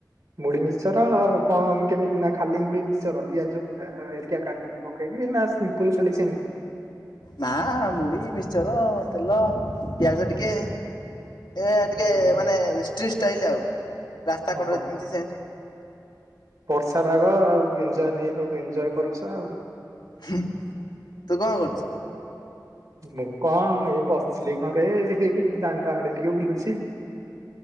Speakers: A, on the right; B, on the left.
A: ମୁଢି ମିଶ୍ଚର କଣ କେମିତି ନା ଖାଲି ମୁଢି ମିଶର ପିଆଜରିକ କାଟିକି କହକି ନା ସିମ୍ପଲ ଖାଲି ସେମିତି
B: ନା ମୁଢି ମିିକସର ତେଲ ପିଆଜ ଟିକେ ଏ ଟିକେ ମାନେଷ୍ଟି ଷ୍ଟାଇଲ ଆଉ ରାସ୍ତା
A: ଓହୋ
B: କଡରେ ଯେମିତି ସେମିତି
A: ବର୍ଷା ବାାଗ ଆଉ ଏଞଜୟ ନେଇ ଆ ଏଞଜୟ କରୁଛ ଆଉ
B: ତୁ କଣ କରୁଛୁ
A: ମୁଁ କଣ ଏ ବସିଲି ଘରେ ଦାଣ୍ଡ ଆଡେ ଟିକେ ବୁଲୁଛି